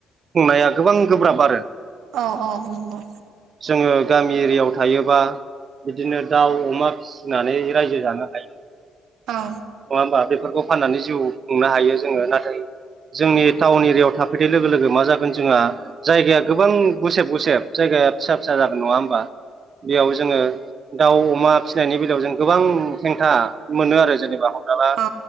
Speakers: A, on the right; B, on the right.
A: ख बुंनाया गोबां गोब्राब आरो
B: औ औ नंगौ
A: जोङो गामि एरियायाव थायोबा बिदिनो दाउ अमा फिसिनानै रायजो जानो हायो।
B: औ
A: नङा होमबा बेफोरखौ फाननानै जिउ खुंनो हायो जोङो नाथाय जोंनि टाउन एरियायाव थाफैनाय लोगो लोगो मा जागोन जोंहा जायगाया गोबां गुसेब गुसेब जायगाया फिसा फिसा जागोन नङा होमबा? बेयाव जोङो दाउ अमा फिसिनायनि बेलायाव जों गोबां हेंथा मोनो आरो जेनेबा हमना ला
B: औ